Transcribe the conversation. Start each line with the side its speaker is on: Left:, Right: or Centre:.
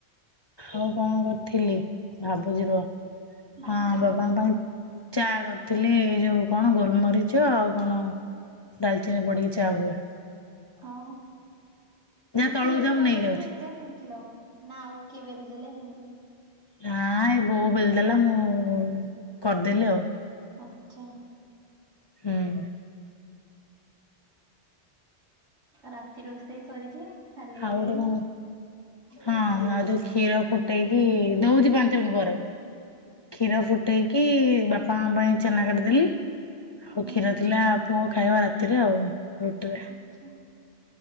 Left: ଆଉ କଣ କରିଥିଲି, ଭାବୁଛି ରୁହ।
Right: ଭାବୁଛ
Left: ହଁ ବାବାଙ୍କ ପାଇଁ ଚା କରିଥିଲି ଏଇ ଯୋଉ କଣ ଗୋଲମରିଚ ଆଉ କଣ ଡାଲଚିନୀ ପଡ଼ିକି ଚା ହୁଏ।
Right: ହଁ
Left: ଯା
Right: ରୁଟି
Left: ତଳକୁ
Right: ଏକା
Left: ଯା ମୁଁ ନେଇକି
Right: ବେଲି
Left: ଯାଉଛି।
Right: ଏ କା ସେଙ୍କିଲ ନା ଆଉ କିଏ ବେଲି ଦେଲେ ହେନି?
Left: ହାଁ ଏଇ ବୋଉ ବେଲି ଦେଲା ମୁଁ କରିଦେଲି ଆଉ।
Right: ଆଚ୍ଛା
Left: ହୁଁ
Right: ରାତି ରୋଷେଇ ସରିଛି? ଖାଲି
Left: ଆଉ ଗୋଟେ ମୁଁ ହଁ ଆଉ ଯୋଉ କ୍ଷୀର ଫୁଟେଇକି ଦଉଛି ପାଞ୍ଚ ମିନିଟ୍ ପରେ। କ୍ଷୀର ଫୁଟେଇକି ବାପାଙ୍କ ପାଇଁ ଛେନା କାଟିଦେଲି। ଆଉ
Right: ହୁଁ
Left: କ୍ଷୀର ଥିଲା ପୁଅ ଖାଇବ ରାତିରେ ଆଉ ରୁଟିରେ।
Right: ଆଚ୍ଛା